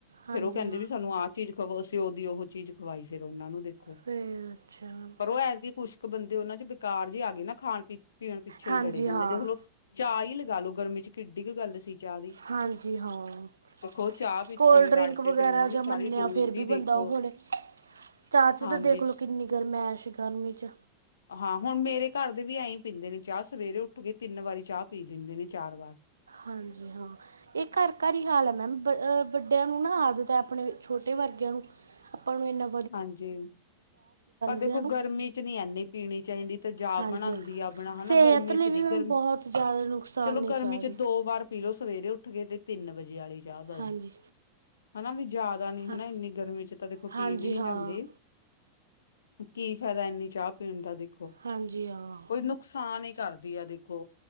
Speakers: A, on the right; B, on the left.
A: ਹਾਂਜੀ
B: ਫੇਰ ਉਹ ਕਹਿੰਦੇ
A: ਹਾਂ
B: ਵੀ ਸਾਨੂੰ ਆਹ ਚੀਜ਼ ਖਵਾੋ, ਅਸੀਂ ਉਹਦੀ ਉਹ ਚੀਜ਼ ਖਵਾਈ ਫਿਰ ਉਹਨਾ ਨੂੰ ਦੇਖੋ
A: <unintelligible> ਅੱਛਾ।
B: ਪਰ ਉਹ ਹੈ ਹੀ ਖੂਛਕ ਬੰਦੇ ਉਹਨਾਂ ਚ ਬਕਾਰ ਜਿ ਆ ਗਏ ਨਾ, ਖਾਣ ਪੀ ਪੀਣ ਪਿੱਛੇ
A: ਹਾਂਜੀ
B: ਹੀ ਲਡੀ ਜਾਂਦੇ
A: ਹਾਂ
B: ਦੇਖਲੋ। ਚਾਹ ਹੀ ਲਗਾ ਲੋ ਗਰਮੀ 'ਚ, ਕਿੱਡੀ ਕੁ ਗੱਲ ਸੀ। ਚਾਹ ਦੀ
A: ਹਾਂਜੀ ਹਾਂ।
B: ਦੇਖੋ ਚਾਹ ਪਿੱਛੇ
A: ਕੋਲਡ
B: ਹੀ
A: ਡ੍ਰਿੰਕ
B: ਲੜ ਪਏ
A: ਵਗੈਰਾ
B: ਫੇਰ ਉਹਨਾਂ ਨੇ
A: ਜਾਂ
B: ਸਾਰੀ
A: ਮੰਨਿਆ,
B: ਡੋਲਦੀ
A: ਫੇਰ ਵੀ ਬੰਦਾ
B: ਦੇਖੋ
A: ਉਹ ਹੋੜੇ ਚਾ ਚੂ
B: ਹਾਂਜੀ
A: ਤਾਂ ਦੇਖਲੋ ਕਿੰਨੀ ਗਰਮੈਸ਼ ਗਰਮੀ 'ਚ
B: ਹਾਂ ਹੁਣ ਮੇਰੇ ਘਰ ਦੇ ਵੀ ਐ ਹੀ ਪੀਂਦੇ ਨੇ ਚਾਹ, ਸਵੇਰੇ ਉੱਠ ਕੇ ਤਿੰਨ ਵਾਰੀ ਚਾਹ ਪੀ ਲੈਂਦੇ ਨੇ ਚਾਰ ਵਾਰ।
A: ਹਾਂਜੀ ਹਾਂ, ਇਹ ਘਰ ਘਰ ਹੀ ਕਿ ਹਾਲ ਹੈ ਮੈਮ, ਵੱਡਿਆਂ ਨੂੰ ਨਾ ਆਦਤ ਹੈ, ਆਪਣੇ ਛੋਟੇ ਵਰਗਿਆਂ ਨੂੰ, ਆਪਾਂ ਵੀ ਨਾ
B: ਹਾਂਜੀ, ਪਰ ਦੇਖੋ
A: ਦਿਆਂ ਨੂੰ
B: ਗਰਮੀ 'ਚ ਨਹੀਂ ਐਨੀ ਪੀਣੀ ਚਾਹੀਦੀ। ਤੇਜਾਬ
A: ਹਾਂਜੀ।
B: ਬਣਾਉਂਦੀ
A: ਹਾਂ,
B: ਆਪਣਾ ਹਨਾ
A: ਸਿਹਤ
B: ਗਰਮੀ
A: ਲਈ
B: 'ਚ ਨੀ,
A: ਵੀ ਮੈਮ
B: ਗਰਮੀ
A: ਬਹੁਤ ਜ਼ਿਆਦਾ ਨੁਕਸਾਨ
B: ਚਲੋ
A: ਨਹੀਂ
B: ਗਰਮੀ
A: ਚਾਹ
B: 'ਚ
A: ਦੀ
B: ਦੋ ਵਾਰ ਪੀਲੋ ਸਵੇਰੇ ਉੱਠ ਕੇ, ਤੇ ਤਿੰਨ ਵਜੇ ਵਾਲੀ ਚਾਹ ਬਸ।
A: ਹਾਂਜੀ।
B: ਹਨਾ ਵੀ ਜ਼ਿਆਦਾ ਨੀ, ਹਨਾ
A: ਹਾਂ
B: ਇੰਨੀ ਗਰਮੀ 'ਚ ਤਾਂ ਦੇਖੋ ਪੀ
A: ਹਾਂਜੀ
B: ਵੀ ਨੀ
A: ਹਾਂ
B: ਜਾਂਦੀ ਕੀ ਫਾਇਦਾ ਇੰਨੀ ਚਾਹ ਪੀਣ ਦਾ, ਦੇਖੋ।
A: ਹਾਂਜੀ ਹਾਂ।
B: ਕੋਈ ਨੁਕਸਾਨ ਹੀ ਕਰਦੀ ਆ ਦੇਖੋ,